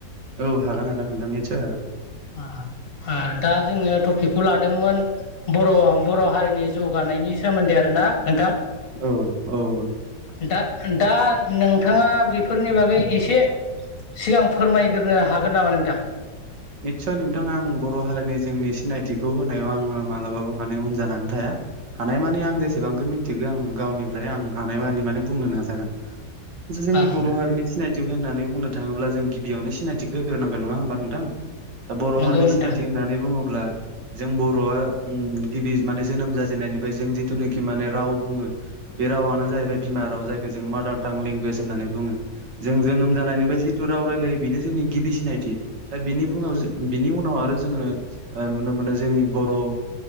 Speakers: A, on the right; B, on the left.
A: औ हागोन हागोन नोंथां नितसय हागोन।
B: ओ ओ दा जोङो थफिकखौ लादोंमोन बर' बर' हारिनि जौगानायनि सोमोन्दै आ <unintelligible> आरो ना नोंथां।
A: औ औ नोंथां।
B: दा दा नोंथाङा बेफोरनि बागै एसे सिगां फोरमायग्रोनो हागोन नामा नोंथां।
A: नित्सय नोंथाङा आं बर' हारिनि जोंनि सिनायथिखौ होनायाव आङो मालाबाबो माने उन जानानै थाया। हानायमानि आं जेसेबांखो मिनथिगो आं गावनिफ्राय आं हानायमानि माने बुंनो नाजागोन। जो जोंनि
B: ओं
A: बर' हारिनि सिनायथि <unintelligible> होननानै बुंनो थाङोब्ला जों गिबियावनो सिनायथिखो होग्रोनांगोन नङा होमबा नोंथां? दा बर'
B: नोंगौ
A: हारिनि
B: नोंथां
A: सिनायथि होननानै बुङोब्ला जों बर'आ गिबि माने जोनोम जाजेननायनिफ्राय जों जिथुनाखि माने राव बुङो बे बे रावानो जाहैबाय बिमा राव जायखौ जोङो मादार टां लेंगुवेज होननानै बुङो। जों जोनोम जानायनि फ्राय जिथु राव रायलायो बेनो जोंनि गिबि सिनायथि दा बुङो बिनि उनाव आरो जोङो ओ नुनो मोनो जोंनि बर'